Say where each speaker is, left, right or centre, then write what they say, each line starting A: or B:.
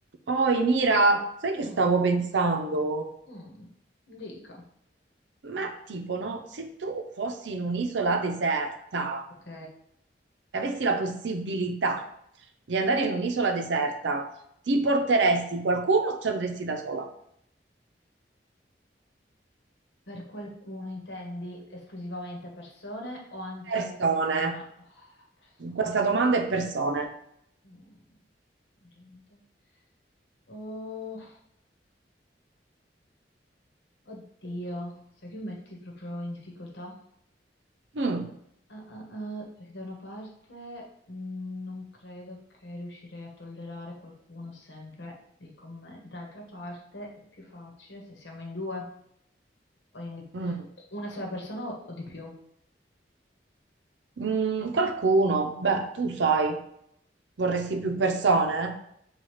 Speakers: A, on the right (about 85°); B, on the left (about 80°).
A: Oi, Mira, sai
B: Mm,
A: che stavo pensando?
B: mm, dica.
A: Ma tipo, no? Se tu fossi in un'isola deserta
B: Ok?
A: e avessi la possibilità di andare in un'isola deserta, ti porteresti qualcuno o ci andresti da sola?
B: Per qualcuno intendi esclusivamente persone o anche
A: Persone.
B: animali? persone.
A: Questa domanda è persone.
B: Mm, gente. Oh, oddio, sai che mi metti proprio in difficoltà?
A: Mm,
B: Ah, ah, ah, perché da una parte mm, non credo che riuscirei a tollerare qualcuno sempre lì con me, d'altra parte è più facile se siamo in due, o in di-
A: mm.
B: una sola persona o o di più.
A: Mm, qualcuno? Beh, tu sai, vorresti più persone?